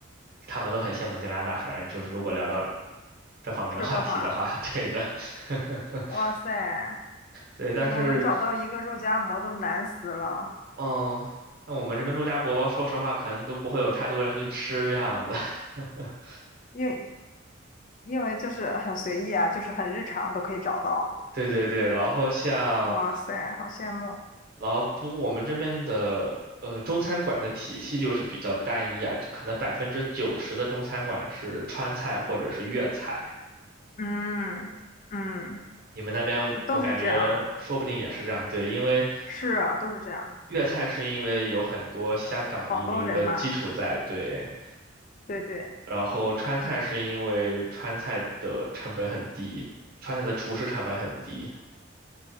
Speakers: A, on the right; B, on the left.
A: 他们都很羡慕加拿大，反正就是如果聊到这方面的话题的话，
B: 吃的话，
A: <laughs> 对的，<laughs>
B: 哇塞，
A: 对，但是
B: 我们找到一个肉夹馍都难死了，
A: 嗯，那我们这边陆家馍，说实话可能都不会有太多人去吃这样子。<laughs>
B: 因为因为就是很随意啊，就是很日常都可以找到。
A: 对对对，然后像。
B: 哇塞，好羡慕。
A: 然后不过我们这边的呃中餐馆的体系就是比较单一啊，就可能百分之九十的中餐馆是川菜或者是粤菜。
B: 嗯嗯，
A: 你们那边我感觉说不定也是这样，
B: 都是这样，
A: 对，因为
B: 是啊，都是这样。
A: 粤菜是因为有很多香港移民的基础在，
B: 广东人嘛，
A: 对，
B: 对对，
A: 然后川菜是因为川菜的成本很低，
B: 嗯
A: 川菜的厨师成本很低。